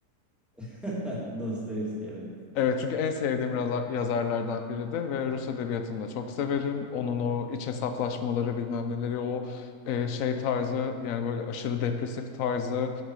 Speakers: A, in the centre; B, on the left.
A: <laughs> Dostoyevski evet.
B: Evet çünkü en sevdiğim raza- yazarlardan biridir ve Rus edebiyatını da çok severim. Onun o iç hesaplaşmaları bilmem neleri o e, şey tarzı yani böyle aşırı depresif tarzı